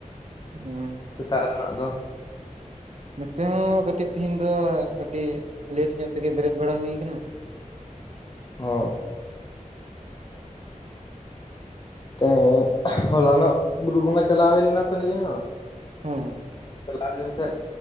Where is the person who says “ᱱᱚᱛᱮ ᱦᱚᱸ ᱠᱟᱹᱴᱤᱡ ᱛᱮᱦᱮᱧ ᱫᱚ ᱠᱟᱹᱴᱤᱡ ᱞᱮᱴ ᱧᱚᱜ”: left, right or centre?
Right